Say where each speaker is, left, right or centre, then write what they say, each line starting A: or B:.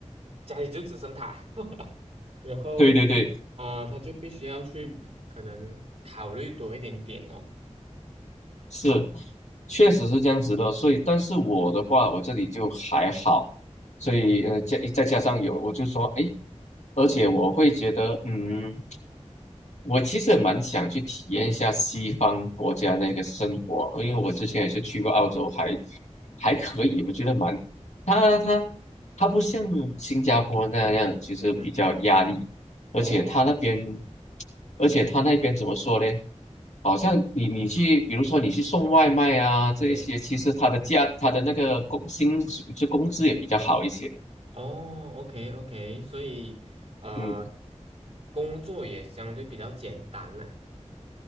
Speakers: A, on the right; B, on the left.
A: 家里就只剩他，<laughs> 然后
B: 对对对，
A: 啊、他就必须要去可能考虑多一点点哦。
B: 是，确实是这样子的，所以，但是我的话，我这里就还好，所以，呃，加再加上有，我就说，诶，而且我会觉得，嗯。我其实也蛮想去体验一下西方国家那个生活，因为我之前也是去过澳洲，
A: 嗯
B: 还还可以，我觉得蛮，它它它不像新加坡那样，其实比较压力，
A: 嗯，
B: 而且它那边，
A: 哦，
B: 而且它那边怎么说呢？好像你你去，比如说你去送外卖啊这一些，
A: 对，
B: 其实它的价，它的那个工薪水就工资也比较好一些，
A: 哦，OK OK，所以呃，
B: 嗯。
A: 工作也相对比较简单啦。